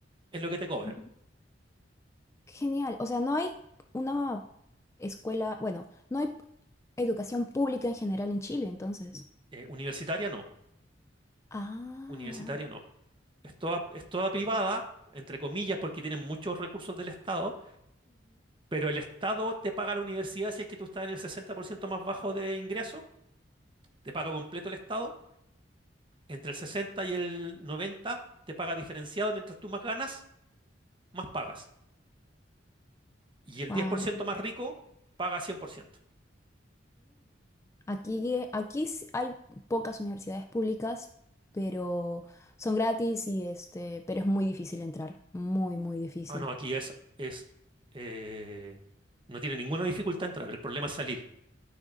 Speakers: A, on the right; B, on the left.
A: es lo que te cobran.
B: ujú. Qué Genial, o sea, no hay una escuela, bueno, no hay educación pública en general en Chile, entonces.
A: Eh, universitaria no,
B: Ah,
A: universitaria no. Es toda, es toda privada, entre comillas, porque tienen muchos recursos del Estado, pero el Estado te paga la universidad si es que tú estás en el 60% más bajo de ingreso, te paga completo el Estado, entre el 60 y el 90 te paga diferenciado, mientras tú más ganas, más pagas. Y el
B: wow.
A: 10% más rico paga 100%.
B: Aquí, eh, aquí sí hay pocas universidades públicas, pero son gratis y este, pero es muy difícil entrar, muy, muy difícil.
A: Ah, no, aquí es, es eh, no tiene ninguna dificultad entrar, el problema es salir.